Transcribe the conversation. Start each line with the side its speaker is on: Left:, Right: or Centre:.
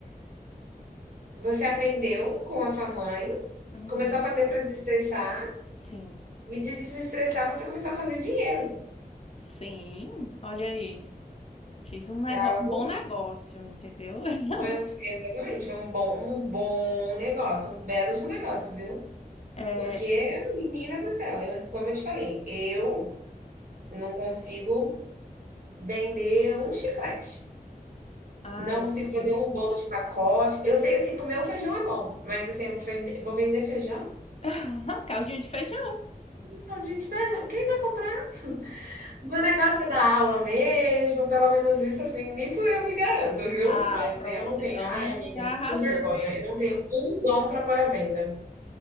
Right: você aprendeu com a sua mãe,
Left: Uhum.
Right: começou a fazer para desestressar,
Left: Sim.
Right: e de desestressar você começou a fazer dinheiro.
Left: Sim, olha aí. Fiz um negócio,
Right: É algo
Left: um bom negócio, entendeu? <laughs>
Right: Vai um exatamente, foi um bom um bom negócio, um belo de um negócio, viu.
Left: É...
Right: Porque, menina do céu, eu como eu te falei, eu não consigo vender um chiclete,
Left: Ai,
Right: não consigo
Left: amiga.
Right: fazer um bolo de pacote. Eu sei, assim, comer o feijão é bom, mas, assim, eu vou vender vou vender feijão?
Left: <laughs> Caldinho de feijão.
Right: Então, gente, feijão quem vai comprar? Meu negócio é dar aula mesmo, pelo menos isso, assim, nisso eu me garanto, viu.
Left: Ah,
Right: Mas
Left: pronto.
Right: eu não tenho
Left: Então
Right: ai, amiga,
Left: já arrasou.
Right: que vergonha, eu não tenho um dom para pôr à venda.